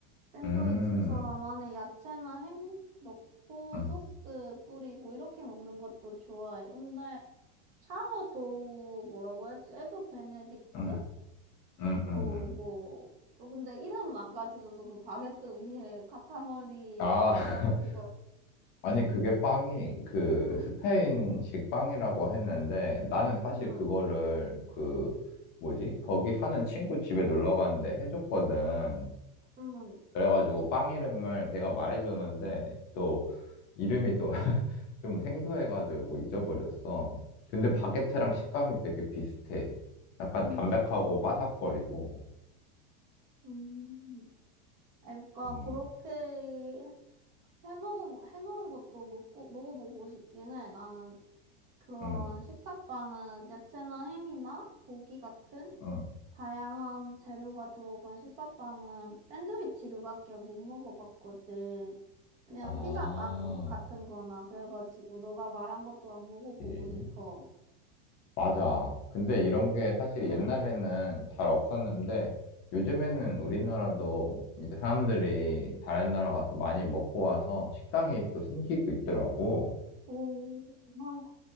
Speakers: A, on the right (about 25°); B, on the left (about 30°).
A: 샌드위치처럼
B: 응,
A: 안에 야채나 햄 넣고
B: 응,
A: 소스 뿌리고 이렇게 먹는 것도 좋아해. 근데 샤워도우 뭐라고 했지? 에그 베네딕트?
B: 응, 응,
A: 뭐,
B: 응.
A: 뭐. 또 근데 이름은 안 가르쳐줘서 그 바게트 위에 <laughs> 카카몰리
B: 아,
A: 해가지고 그거.
B: <laughs> 아니, 그게 빵이 그
A: 응,
B: 스페인식 빵이라고 했는데 나는 사실
A: 응,
B: 그거를 그 뭐지? 거기 사는 친구 집에 놀러 갔는데 해줬거든.
A: 응,
B: 그래가지고 빵 이름을 걔가 말해줬는데 또 이름이 또 <laughs> 좀 생소해가지고 잊어버렸어. 근데 바게트랑 식감이 되게 비슷해. 약간
A: 응,
B: 담백하고
A: 응.
B: 바삭거리고.
A: 응. 그러니까
B: 음,
A: 그렇게 해먹은, 거- 해놓은 것도 먹고, 먹어보고 싶긴 해. 나는 그런
B: 음,
A: 식사빵은 야채나 햄이나 고기 같은
B: 음.
A: 다양한 재료가 들어간 식사빵은 샌드위치류밖에 못 먹어봤거든. 그냥
B: 아,
A: 피자빵 같은 거나 그래가지고 너가 말한 것도 한번 먹어보고
B: 예.
A: 싶어.
B: 맞아. 근데 이런 게 사실
A: 응.
B: 옛날에는 잘 없었는데 요즘에는 우리나라도 이제 사람들이 다른 나라 가서 많이 먹고 와서 식당이 또 생기고 있더라고.
A: 오, 한